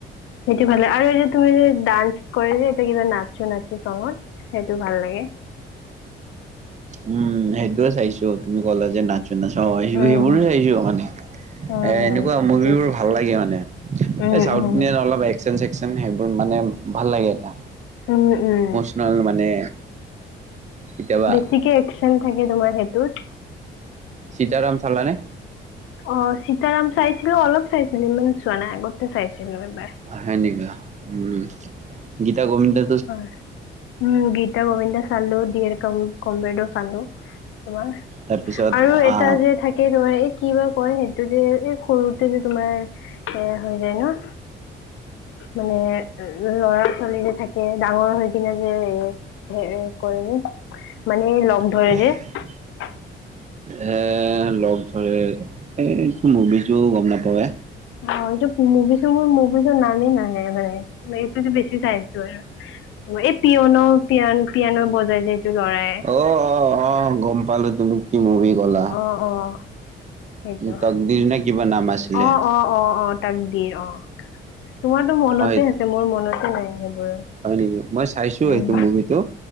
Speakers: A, on the left; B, on the right.
A: সেইটো ভাল লাগে আৰু এই যে তুমি যে ডান্স কৰে যে এতিয়া কিবা নাচ' নাচ' সংত সেইটো ভাল লাগে।
B: উম সেইটোয়ে চাইছো তুমি ক'লা যে নাচো নাচ'
A: উম
B: সেইবোৰো চাইছো মানে।
A: উম
B: এ
A: উম
B: এনেকুৱা
A: সেইটো
B: মুভিবোৰ ভাল লাগে মানে
A: উম
B: ছাউথ
A: উম
B: ইণ্ডিয়ান অলপ এক শ্যন সেইবোৰ মানে ভাল লাগে এতিয়া।
A: উম, উম।
B: নহ'লে মানে কেতিয়াবা
A: বেছিকে একশ্যন থাকে তোমাৰ সেইটোত।
B: সীতাৰাম চালানে!
A: অ' সীতাৰাম চাইছিলো অলপ চাইছিলো ইমান চোৱা নাই আগতে চাইছিলো এবাৰ।
B: সেনেকুৱা উম গীতা গবিন্দা?
A: হয়। উম গীতা গোবিন্দা চালো ডিয়েৰ ক কম্ৰেদো চালো তোমাৰ।
B: তাৰপিছত
A: আৰু এটা
B: আহ
A: যে থাকে তোমাৰ এই কি বা কয় সেইটো যে এই সৰুতে যে তোমাৰ এ হৈ যায় ন মানে ল'ৰা ছোৱালীযে থাকে ডাঙৰ হৈ কিনে যে এ হে কৰে যে মানে ল
B: উম
A: অ
B: <unintelligible>
A: <unintelligible>
B: এ লগ ধৰে এই মুভিটো গ'ম নাপাওঁৱে।
A: অ' এইটো মুভি চ মোৰ মুভিছ নামেই নাহে মানে এইটোতো বেছি চাই আছো আৰু। ত' এই পিয়নো' পিয়ন-পিয়ানো বজাই যে এইটো ল'ৰাই।
B: অ', অ', অ', গম পালোঁ তুমি কি মুভি ক'লা।
A: অ', অ'। সেইটো
B: তকদিৰ নে কিবা নাম আছিলে।
A: অ', অ', অ', ত কদিৰ অ'। তোমাৰতো মনতে
B: হয়
A: আছে মোৰ মনতে নাই সেইবোৰ।
B: হয় নেকি? মই চাইছোঁ
A: উম,
B: সেইটো মুভিটো